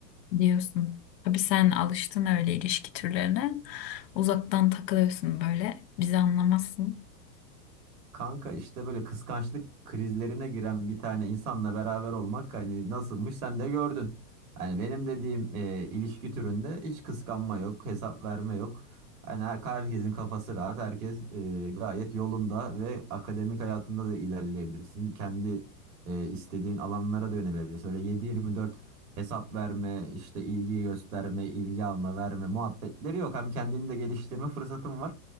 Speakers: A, on the left; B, on the right.
A: diyorsun. Tabii sen alıştın öyle ilişki türlerine. Uzaktan takılıyorsun böyle. Bizi anlamazsın.
B: Kanka işte böyle kıskançlık krizlerine giren bir tane insanla beraber olmak hani nasılmış sen de gördün. Hani benim dediğim e, ilişki türünde hiç kıskanma yok, hesap verme yok. Hani her, herkesin kafası rahat, herkes e, gayet yolunda ve akademik hayatında da ilerleyebilirsin. Kendi e, istediğin alanlara da yönelebilirsin. Öyle 7-24 hesap verme, işte ilgi gösterme, ilgi alma, verme muhabbetleri yok. Hem kendini de geliştirme fırsatın var.